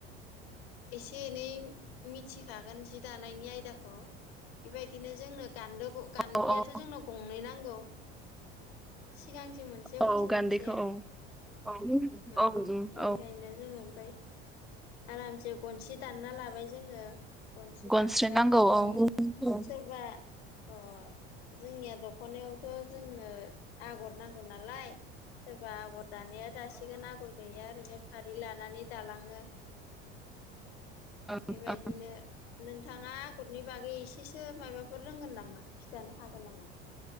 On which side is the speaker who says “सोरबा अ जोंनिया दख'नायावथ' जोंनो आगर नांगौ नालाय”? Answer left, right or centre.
Left